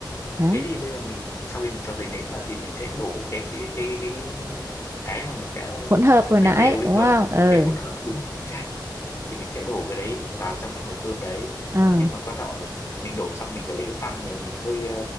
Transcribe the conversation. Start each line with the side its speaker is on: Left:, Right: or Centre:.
Right: đấy
Left: thế thì bây giờ mình sau khi mình cho giấy nến vào thì mình sẽ đổ cái cái cái cái cái, cái mà mình đã
Right: hỗn hợp hồi
Left: đánh
Right: nãy
Left: đều lên
Right: đúng
Left: rồi
Right: không ừ
Left: cái hỗn hợp đúng không chính xác thì mình sẽ đổ cái đấy vào trong cái nồi cơm đấy
Right: à,
Left: nhưng mà quan trọng là mình đổ xong mình phải lấy cái tăm mình, mình hơi ờ,